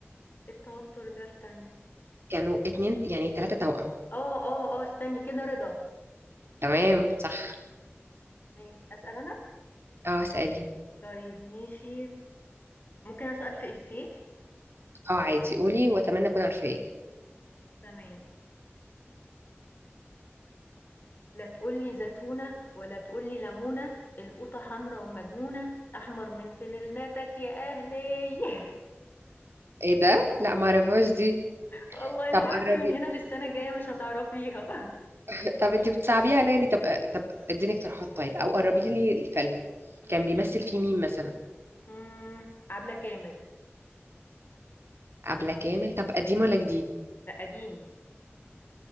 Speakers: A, on the left; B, on the right.
A: إيه التوتر ده استني.
B: كانوا اتنين يعني تلاتة توأم
A: آه، آه، آه، استني كده رضا.
B: تمام صح
A: ماشي، أسأل أنا؟
B: اه اسألي
A: طيب ماشي، ممكن أسأل في إيفيه؟
B: اه عادي قولي واتمنى اكون عارفة ايه
A: تمام. لا تقول لي زتونة ولا تقول لي لمونة، القوطة حمرا ومجنونة، أحمر من فانلتك يا أهلي <laughs>
B: ايه ده لا ما اعرفهاش دي
A: والله لو
B: طب
A: قعدتِ
B: قربي
A: من هنا للسنة الجاية مش هتعرفيها.
B: <laughs> طب انت بتصعبيها عليا ليه طب طب اديني اقتراحات طيب او قربي لي الفيلم كان بيمثل فيه مين مثلا
A: إمم، عبلة كامل،
B: عبلة كامل طب قديم ولا جديد
A: ده قديم،